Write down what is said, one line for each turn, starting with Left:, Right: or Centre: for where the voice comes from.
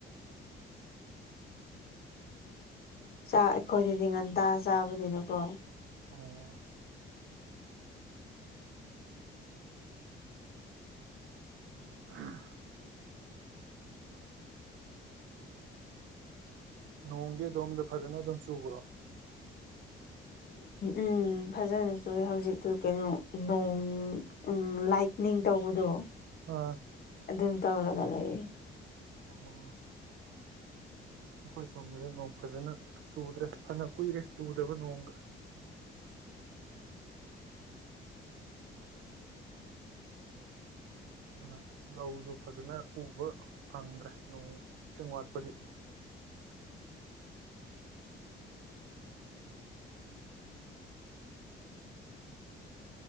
Left: ꯆꯥꯛ ꯑꯩꯈꯣꯏꯗꯗꯤ ꯉꯟꯇꯥ ꯆꯥꯕꯅꯤꯅꯀꯣ
Right: ꯑꯣ ꯑ ꯅꯣꯡꯗꯤ ꯑꯗꯣꯝꯗ ꯐꯖꯅ ꯑꯗꯨꯝ ꯆꯨꯕ꯭ꯔꯣ
Left: ꯎ ꯐꯖꯅꯁꯨ ꯍꯧꯖꯤꯛꯇꯨ ꯀꯩꯅꯣ ꯅꯣꯡ ꯂꯥꯏ ꯅꯤꯡꯇꯧꯕꯗꯣ
Right: ꯑꯥ
Left: ꯑꯗꯨꯝ ꯇꯧꯔꯒ ꯂꯩꯌꯦ
Right: ꯑꯣ ꯑꯩꯈꯣꯏ ꯁꯣꯝꯗꯗꯤ ꯅꯣꯡ ꯐꯖꯅ ꯆꯨꯗ꯭ꯔꯦ ꯐꯅ ꯀꯨꯏꯔꯦ ꯆꯨꯗꯕ ꯅꯣꯡꯒ
Left: <inaudible>
Right: ꯑꯗꯨꯅ ꯂꯧꯁꯨ ꯐꯖꯅ ꯎꯕ ꯐꯪꯗ꯭ꯔꯦ ꯅꯣꯡ ꯏꯁꯤꯡ ꯋꯥꯠꯄꯒꯤ
Left: <inaudible>